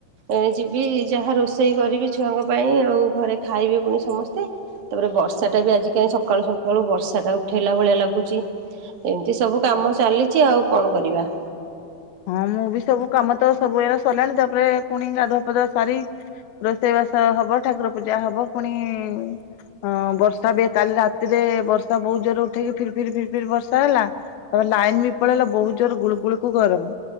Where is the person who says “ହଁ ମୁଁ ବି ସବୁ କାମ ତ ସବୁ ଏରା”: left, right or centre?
Left